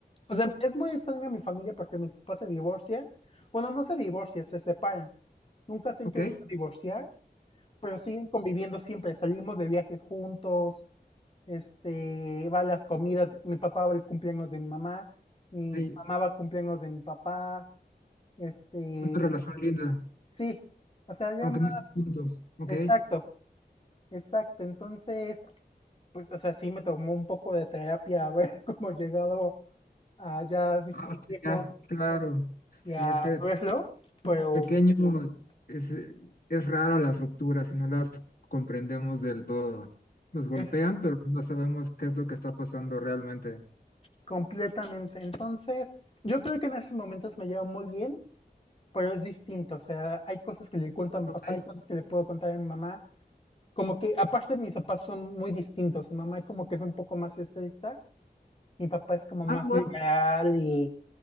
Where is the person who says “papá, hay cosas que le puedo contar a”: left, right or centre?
Left